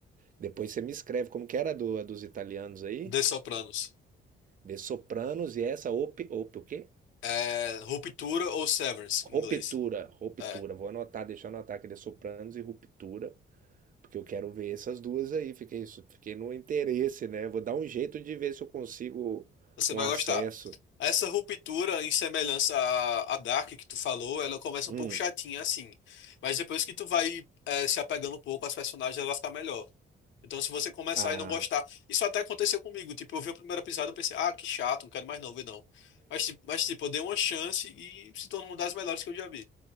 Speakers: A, on the right; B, on the left.
A: depois você me escreve como que era a, do, a dos italianos aí,
B: The Sopranos.
A: de Sopranos e essa op, op, o quê?
B: É, Ruptura ou Severance,
A: Ruptura,
B: em inglês.
A: ruptura.
B: É,
A: Vou anotar, deixa eu anotar aqui, de Sopranos e Ruptura. Porque eu quero ver essas duas aí. Fiquei, su- fiquei no interesse, né? Vou dar um jeito de ver se eu consigo
B: Você
A: um
B: vai
A: acesso.
B: gostar. Essa ruptura, em semelhança à, à Dark que tu falou, ela começa
A: Hum.
B: um pouco chatinha assim. Mas depois que tu vai eh, se apegando um pouco às personagens, ela fica melhor. Então, se você começar
A: Ah,
B: e não gostar. Isso até aconteceu comigo. Tipo, eu vi o primeiro episódio e pensei, ah, que chato, não quero mais não ver não. Mas, ti- mas, tipo, eu dei uma chance e se tornou uma das melhores que eu já vi.